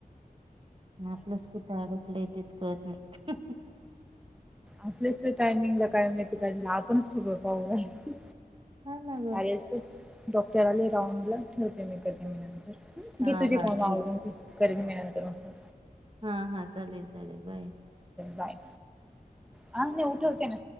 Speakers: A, on the right; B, in the centre.
A: आपलं स् कुठं अडकलं तेच कळत नाही
B: आपल्याच टायमिंगला काय माहिती काला आपणच सगं पाह
A: हा ना ग
B: चा डॉक्टर आले राहंडला होते म कर
A: हा
B: घे तुझी
A: हा
B: काम
A: ठीक
B: आवरून कर् म म्यानंतर म
A: हा हा चालेल चालेल बाय
B: बाय हा नाही उठवते ना